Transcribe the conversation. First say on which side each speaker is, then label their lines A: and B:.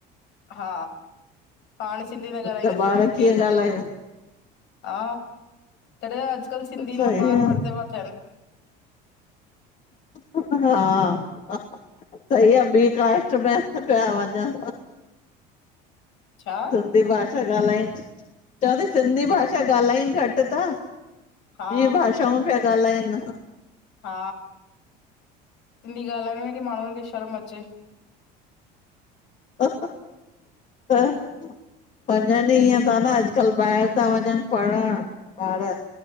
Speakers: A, on the left; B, on the left.
A: हा! पाण सिंधी न ॻाल्हाईंदासीं
B: त ॿार
A: ॿियो केरु
B: कीअं
A: ॻाल्हाईंदो।
B: ॻाल्हाईंदा
A: हा! तॾहिं त अॼकल्ह सिंधी
B: सही
A: मां ॿार
B: आ
A: परढ़ते प थियन।
B: हा! सईी आ बी काष्ट प पिया वणन।
A: छा?
B: सिंधी भाषा ॻाल्हाइनि,, चवां थी सिंधी भाषा ॻाल्हाइनि घटि था
A: हा
B: ॿ भाषाऊं पिया ॻाल्हाइन।
A: हा सिंधी ॻाल्हाइण में बि माण्हुनि खे शर्म अचे।
B: <inaudible> पंजनि ईअं था न अॼुकल्ह ॿाहिरि था वञनि पढ़ण ॿार।